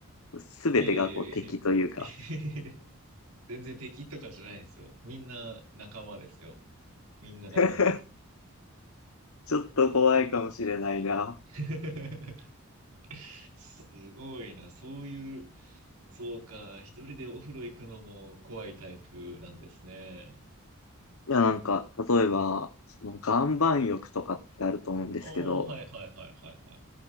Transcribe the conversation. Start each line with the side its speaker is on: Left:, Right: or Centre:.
Left: すべてがこう敵というか。
Right: いやいやいやいや。<laughs> 全然敵とかじゃないですよ。みんな仲間ですよ。みんな仲間。
Left: <laughs> ちょっと怖いかもしれないな。
Right: <laughs> すごいな。そういう、そうか。一人でお風呂行くのも怖いタイプなんですね。
Left: いや、なんか、例えば、その岩盤浴とかってあると思うんですけど、
Right: ああ、はいはいはいはいはい。